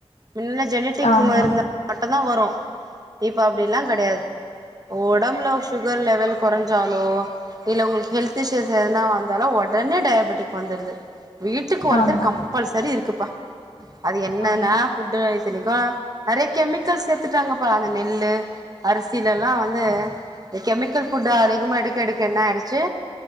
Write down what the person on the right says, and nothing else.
மின்ன ஜெனட்டிக்ல
இருந்தா மட்டுந்தா வரு இப்போ அப்டிலா கெடயாது
ஒடம்புல சு கர் லெவல் கொறஞ்சாலோ இல்ல உங்களுக் ஹெல்த் இஷ்யூஸ் எதுனா வந்தாலு ஒடனே டயாபெட்டிக் வந்துடுது வீட்டுக்கு ஒருத்தர்
கம்பல்சரி இருக்குப்பா அது என்னன்னா
ஃபுட்டு இத்தனைக்கு நெறய கெமிக்கல் சேத்துட்டாங்கப்பா அந்த நெல்லு அரிசிலல்லா வந்து இந்த கெமிக்கல் ஃபுட்டு் அதிகமா எடுக்க எடுக்க என்ன ஆடுச்சு